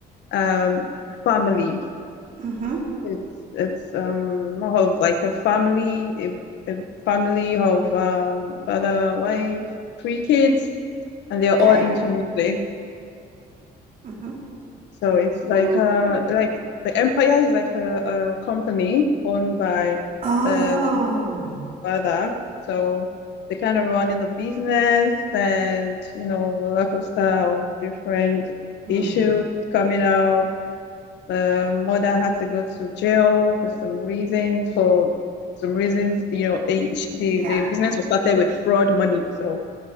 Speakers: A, on the left (about 80°); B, on the right (about 50°).
A: um family.
B: mm-hmm.
A: It's it's um more of like a family a, a family of um father, wife, three kids and they're
B: Okay.
A: all into music.
B: Mm-hmm.
A: So it's like
B: Oh.
A: a like the empire is like a, a company owned by
B: Oh.
A: the father. So they kind of run in the business and you know roller coaster of different
B: Hmm.
A: issues coming up. The mother had to go to jail for some reasons. For some reasons, you know, eh, sh- the the
B: Yeah.
A: business was started with fraud money. So